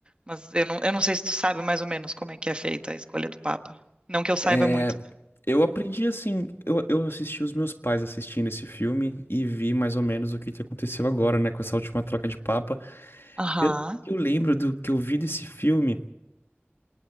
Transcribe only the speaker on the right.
Mas eu não, eu não sei se tu sabe mais ou menos como é que é feita a escolha do Papa. Não que eu saiba
muito, né?
Ah. Aham.